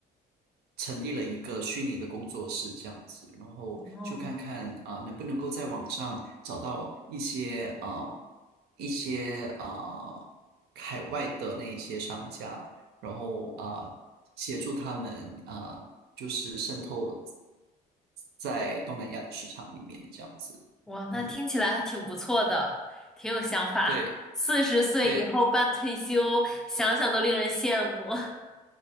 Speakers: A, on the right; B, in the centre.
A: 成立了一个虚拟的工作室这样子，然后就看看啊、
B: 哦，
A: 呃能不能够在网上找到一些呃一些呃外的那一些商家，然后啊、呃协助他们啊、呃就是渗透在东南亚的市场里面这样子。
B: 哇，那听起来挺不错的，
A: 嗯，
B: 挺有想法。
A: 对
B: 四十岁以后半退休，
A: 对。
B: 想想都令人羡慕。<laughs>